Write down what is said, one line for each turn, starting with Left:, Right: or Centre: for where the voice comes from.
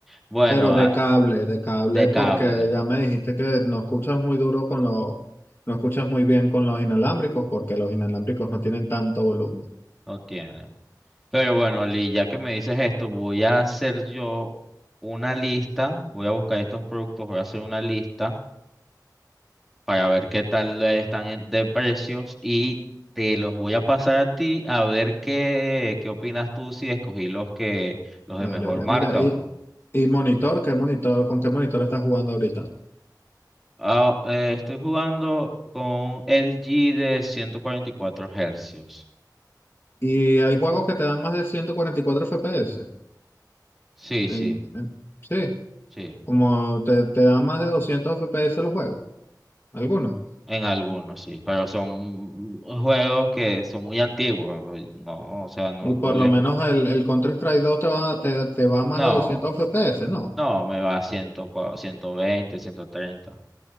Centre: Bueno,
Left: pero de
Centre: ah,
Left: cable, de cable
Centre: de cable,
Left: porque ya me dijiste que no escuchas muy duro con los, no escuchas muy bien con los inalámbricos porque los inalámbricos no tienen tanto volumen.
Centre: no tiene. Pero bueno, Lee, ya que me dices esto, voy a hacer yo una lista, voy a buscar estos productos, voy a hacer una lista para ver qué tal están en- de precios y te los voy a pasar a ti a ver qué, qué opinas tú si escogí los que los
Left: Vale,
Centre: de mejor
Left: vale.
Centre: marca
Left: Mira, y,
Centre: o no.
Left: y monitor, ¿qué monitor, con qué monitor estás jugando ahorita?
Centre: Ah, eh, estoy jugando con un LG de 144 hercios.
Left: Y hay juegos que te dan más de 144 FPS.
Centre: Sí,
Left: En-
Centre: sí,
Left: en- sí,
Centre: sí.
Left: como te, te dan más de 200 FPS los juegos, algunos.
Centre: En algunos, sí, pero son juegos que son muy antiguos. eh, No, o sea, no,
Left: Y
Centre: no
Left: por
Centre: le...
Left: lo menos el, el Counter-Strike dos te va, te, te va a más
Centre: No,
Left: de 200 FPS, ¿no?
Centre: no, me va a cien, ciento veinte ciento treinta